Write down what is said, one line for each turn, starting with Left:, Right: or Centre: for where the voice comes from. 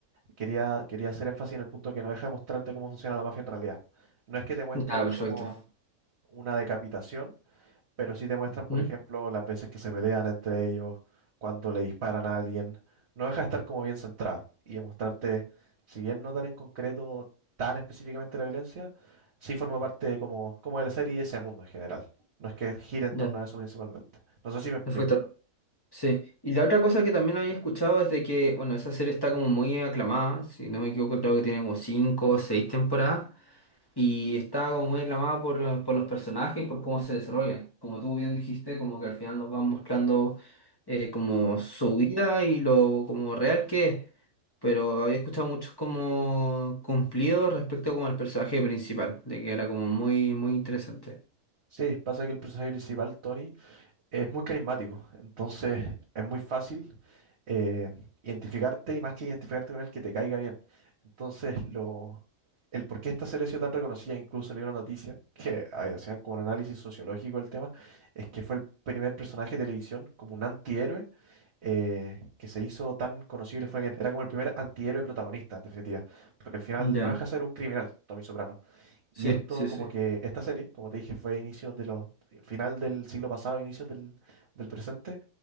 Right: quería, quería hacer énfasis en el punto que no deja de mostrarte cómo funciona la mafia en realidad. No es que te muestren
Left: Ya, perfecto.
Right: como una decapitación, pero sí demuestran, por
Left: ¿Mm?
Right: ejemplo, las veces que se pelean entre ellos, cuando le disparan a alguien. No deja de estar como bien centrada y demostrarte, si bien no tan en concreto, tan específicamente la violencia, sí forma parte de como, como de la serie y de ese mundo en general. No es que gire en
Left: Ya,
Right: torno a eso principalmente. No sé si me explico.
Left: perfecto. Sí. Y la otra cosa que también había escuchado es de que, bueno, esa serie está como muy aclamada, si no me equivoco, creo que tiene como cinco o seis temporadas. Y está como muy aclamada por, por los personajes y por cómo se desarrollan. Como tú bien dijiste, como que al final nos van mostrando eh, como su vida y lo como real que es. Pero había escuchado muchos como cumplidos respecto como al personaje principal, de que era como muy, muy interesante.
Right: Sí, pasa que el personaje principal, Tony, es muy carismático, entonces es muy fácil eh, identificarte y más que identificarte con él, que te caiga bien. Entonces, lo, el por qué esta serie ha sido tan reconocida, incluso leí una noticia que ah, hacían como un análisis sociológico del tema, es que fue el primer personaje de televisión como un antihéroe eh, que se hizo tan conocido y le fue bien. Era como el primer antihéroe protagonista, en definitiva, porque al final
Left: Ya,
Right: no deja de ser un criminal, Tommy Soprano,
Left: sí,
Right: y esto
Left: sí,
Right: como
Left: sí.
Right: que esta serie, como te dije, fue a inicios de los final del siglo pasado, inicios del, del presente,